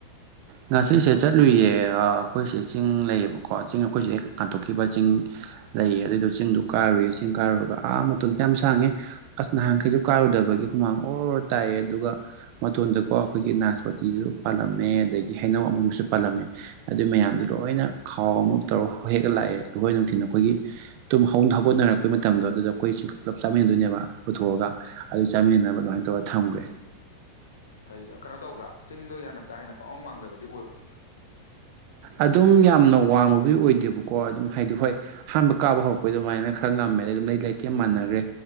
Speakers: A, on the right (about 45°); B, on the left (about 65°).
A: ꯉꯁꯤꯁꯦ ꯆꯠꯂꯨꯏꯌꯦ ꯑꯥ ꯑꯩꯈꯣꯏꯁꯦ ꯆꯤꯡ ꯂꯩꯌꯦꯕꯀꯣ ꯆꯤꯡ ꯑꯩꯈꯣꯏ ꯁꯤꯗ ꯀꯥꯟꯊꯣꯛꯈꯤꯕ ꯆꯤꯡ ꯂꯩꯌꯦ ꯑꯗꯨꯏꯗꯣ ꯆꯤꯡꯗꯨ ꯀꯥꯔꯨꯏꯌꯦ ꯆꯤꯡ ꯀꯥꯔꯨꯔꯒ ꯑꯥ ꯃꯇꯣꯟ ꯌꯥꯝ ꯁꯥꯡꯉꯦ ꯑꯁ ꯅꯍꯥꯟꯈꯩꯁꯨ ꯀꯥꯔꯨꯗꯕꯒꯤ ꯍꯨꯃꯥꯡ ꯑꯣꯔ ꯇꯥꯏꯌꯦ ꯑꯗꯨꯒ ꯃꯇꯣꯟꯗꯀꯣ ꯑꯩꯈꯣꯏꯒꯤ ꯅꯥꯁꯄꯇꯤꯁꯨ ꯄꯥꯜꯂꯝꯃꯦ ꯑꯗꯒꯤ ꯍꯩꯅꯧ ꯑꯃꯨꯟꯕꯁꯨ ꯄꯥꯜꯂꯝꯃꯦ ꯑꯗꯨ ꯃꯌꯥꯝꯗꯨ ꯂꯣꯏꯅ ꯈꯥꯎ ꯑꯃ ꯇꯧꯔ ꯍꯦꯛꯑ ꯂꯥꯛꯑꯦ ꯑꯈꯣꯏ ꯅꯨꯡꯊꯤꯟ ꯑꯩꯈꯣꯏꯒꯤ ꯇꯨꯝ ꯍꯧ ꯍꯧꯒꯠꯅꯔꯛꯄꯩ ꯃꯇꯝꯗꯣ ꯑꯗꯨꯗ ꯑꯩꯈꯣꯏ ꯁꯤ ꯄꯨꯂꯞ ꯆꯥꯃꯤꯟꯅꯗꯣꯏꯅꯦꯕ ꯄꯨꯊꯣꯛꯑꯒ ꯑꯗꯨ ꯆꯥꯃꯤꯟꯅꯅꯕ ꯑꯗꯨꯃꯥꯏꯅ ꯇꯧꯔꯒ ꯊꯝꯈ꯭ꯔꯦ
B: ꯐꯩ ꯑꯥ ꯀꯩꯅꯣ ꯇꯧꯕ꯭ꯔꯥ ꯆꯤꯡꯗꯣ ꯌꯥꯝꯅ ꯀꯥ ꯍꯦꯟꯅ ꯄꯥꯛꯉꯝ ꯋꯥꯡꯗꯕꯗꯤ ꯑꯣꯏꯕ꯭ꯔꯥ
A: ꯑꯗꯨꯝ ꯌꯥꯝꯅ ꯋꯥꯡꯕꯕꯨꯗꯤ ꯑꯣꯏꯗꯦꯕꯀꯣ ꯑꯗꯨꯝ ꯍꯥꯏꯗꯤ ꯍꯣꯏ ꯑꯍꯥꯟꯕ ꯀꯥꯕ ꯍꯧꯔꯛꯄꯩ ꯑꯗꯨꯃꯥꯏꯅ ꯈꯔ ꯉꯝꯃꯦ ꯑꯗꯩꯩ ꯑꯗꯨꯝ ꯂꯩ ꯂꯩꯇꯦꯝ ꯃꯥꯟꯅꯈꯒ꯭ꯔꯦ